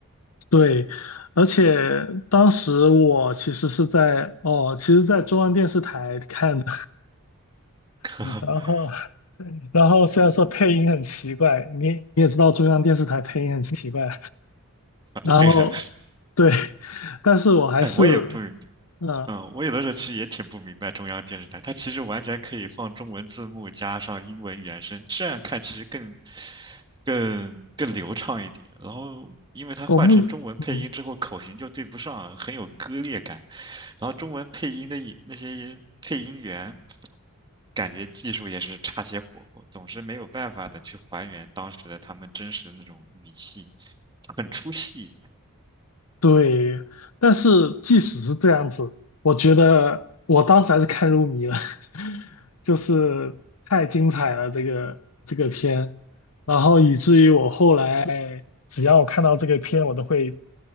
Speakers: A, on the left (about 70°); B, on the right (about 20°).
A: 对，而且当时我其实是在哦，其实，在中央电视台看的，
B: <laughs>
A: <laughs> 然后，然后虽然说配音很奇怪，你你也知道中央电视台配音很奇怪，然后对，
B: 对的，
A: 但是我还是，
B: 哎，我也不明
A: 呃，
B: 嗯，我有的时候其实也挺不明白中央电视台，它其实完全可以放中文字幕加上英文原声，这样看其实更更更流畅一点。然后，因为它换成中文配音之后，
A: 我不，嗯，
B: 口型就对不上，很有割裂感。然后中文配音的也那些配音员，感觉技术也是差些火候，总是没有办法的去还原当时的他们真实的那种语气，很出戏
A: 对，但是即使是这样子，我觉得我当时还是看入迷了，<laughs> 就是太精彩了这个这个片，然后以至于我后来只要我看到这个片，我都会